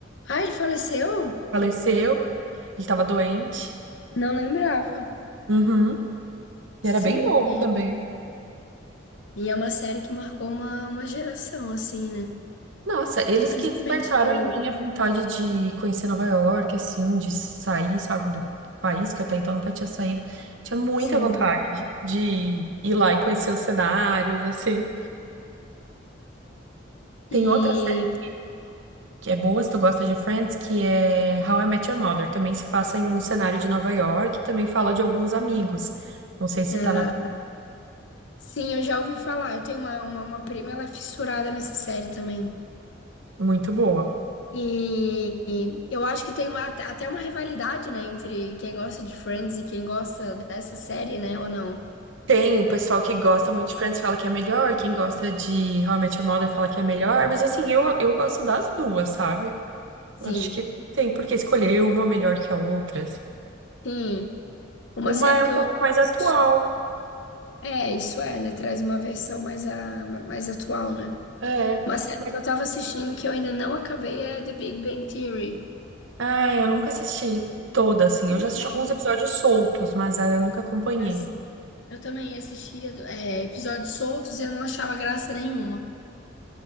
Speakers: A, on the left; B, on the right.
A: Ah, ele faleceu?
B: Faleceu. Ele tava doente.
A: Não lembrava.
B: Uhum.
A: Sim,
B: E era bem novo
A: e,
B: também.
A: e é uma série que marcou uma, uma geração, assim, né?
B: Nossa, eles
A: Dificilmente
B: que despertaram
A: tô.
B: em mim a vontade de conhecer Nova York, assim, de sair, sabe, do país que até então nunca tinha saído. Tinha muita
A: Sim.
B: vontade de ir lá e conhecer os cenários, assim. Tem
A: E.
B: outra série que, que é boa, se tu gosta de Friends, que é How I Met Your Mother. Também se passa em um cenário de Nova York, e também fala de alguns amigos. Não sei se
A: ah,
B: tá na... tua-
A: sim, eu já ouvi falar. Eu tenho uma, uma, uma prima, ela é fissurada nessa série também.
B: Muito boa.
A: E, e eu acho que tem uma, até até uma rivalidade, né? Entre quem gosta de Friends e quem gosta dessa série, né? Ou não?
B: Tem o pessoal que gosta muito de Friends fala que é melhor, quem gosta de How I Met Your Mother fala que é melhor, mas assim, eu, eu gosto das duas, sabe?
A: Sim.
B: Eu Acho que não tem por que escolher uma melhor que a outra. assim.
A: Sim. Uma
B: Uma
A: série
B: é
A: que
B: um pouco
A: eu
B: mais
A: assisti.
B: atual.
A: É, isso é, né? Traz uma versão mais, a, mais atual, né?
B: É.
A: Uma série
B: mas-
A: que eu tava assistindo que eu ainda não acabei é The Big Bang Theory.
B: Ah, eu nunca assisti toda, assim.
A: Então,
B: Eu já assisti alguns episódios soltos, mas ah, eu nunca acompanhei.
A: é assim, eu também assistia é, episódios soltos e eu não achava graça nenhuma.